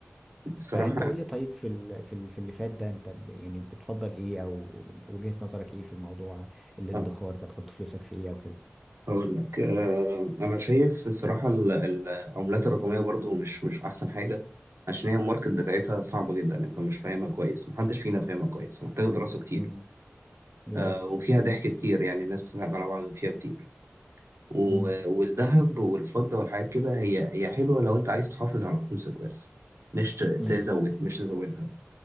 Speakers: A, on the right; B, in the centre.
A: الصراحه
B: فانت
A: يعني،
B: قول لي طيب في ال... في ال... في اللي فات ده انت ب- يعني بتفضل ايه او وجهة نظرك ايه في الموضوع الادخار
A: آه.
B: ده تحط فلوسك في ايه او كده
A: أقول لك آه، أنا شايف الصراحة ال- ال- العملات الرقمية برضو مش مش أحسن حاجة عشان هي الماركت بتاعتها صعبة جدا أنت مش فاهمها كويس محدش فينا فاهمها كويس ومحتاجة دراسة كتير
B: مم. بالظبط
A: آه، وفيها ضحك كتير يعني الناس بتضحك على بعض فيها كتير و-
B: مم.
A: والذهب والفضة والحاجات كده هي هي حلوة لو أنت عايز تحافظ على فلوسك بس مش ت- تزود
B: مم.
A: مش تزودها